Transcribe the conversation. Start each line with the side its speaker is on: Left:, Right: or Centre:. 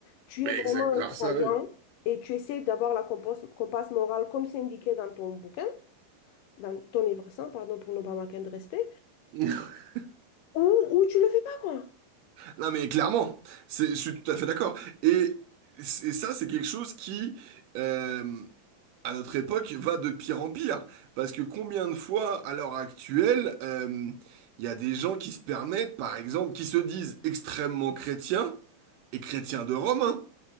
Left: tu
Right: Mais
Left: es vraiment
Right: exact. Alors
Left: un croyant
Right: ça,
Left: et tu essaies d'avoir la compasse, compasse morale comme c'est indiqué dans ton bouquin, dans ton livre saint, pardon, pour ne pas manquer de respect,
Right: oui. <laughs>
Left: ou, ou tu le fais pas, quoi.
Right: Non mais clairement, c'est, je suis tout à fait d'accord. Et, c'est- et ça, c'est quelque chose qui, euh, à notre époque, va de pire en pire. Parce que combien de fois, à l'heure actuelle, euh, il y a des gens qui se permettent, par exemple, qui se disent extrêmement chrétiens et chrétiens de Rome, hein,